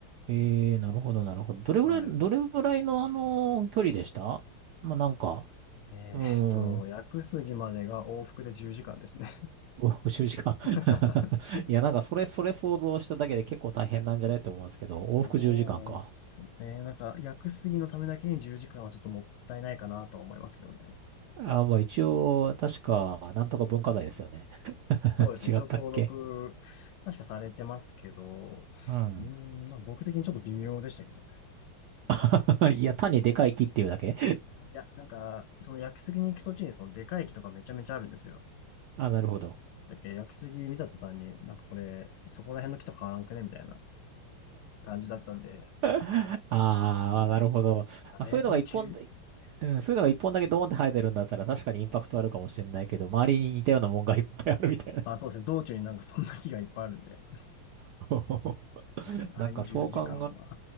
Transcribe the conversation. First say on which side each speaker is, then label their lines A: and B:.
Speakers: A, on the right; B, on the left.
A: ええー、なるほど、なるほど。どれぐらい、
B: はい。
A: どれぐらいのあの、距離でしたまあ、なんか、
B: えーっと、
A: うーん、
B: 屋久杉までが往復で10時間ですね。
A: 5、<laughs> 6 10時間 <laughs>
B: <laughs>
A: いや、なんかそれ、それ想像しただけで結構大変なんじゃないと思うんですけど、往復10時間かんか。
B: そうっすね。なんか、屋久杉のためだけに10時間はちょっともったいないかなとは思いますけどね。
A: あ、まあ一応、確か、なんとか文化財ですよね。<laughs>
B: そうですね。
A: 違ったっけ
B: 一応登録、確かされてますけど、
A: うん。
B: うーん、なんか僕的にちょっと微妙でしたけどね。
A: <laughs> いや、単にでかい木っていうだけ
B: いや、なんか、その屋久杉に行く途中にそのでかい木とかめちゃめちゃあるんですよ。
A: <laughs> あ、なるほど。
B: だっけど屋久杉見た途端に、なんかこれ、そこら辺の木と変わらんくねみたいな感じだったんで、
A: あ <laughs> あー、
B: うん、
A: なるほど。まあ、
B: あれに10、
A: そういうのが一本で、うん、そういうのが一本だけドーンって生えてるんだったら確かにインパクトあるかもしれないけど、周りに似たようなもんがいっぱいあるみたいな。
B: あ、そうですね。道中になんかそんな木がいっぱいあるんで、
A: <laughs>
B: うん、
A: なんかそう考
B: あれに10時間は